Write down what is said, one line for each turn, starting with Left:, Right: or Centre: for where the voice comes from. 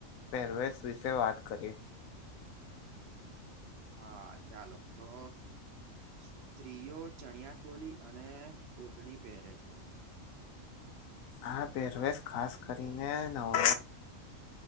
Left: પહેરવેશ વિશે વાત કરીએ.
Right: હા ચાલો તો સ્ત્રીઓ ચણિયા ચોલી અને ઓઢણી પહેરે છે.
Left: આ પેરવેશ ખાસ કરીને નવ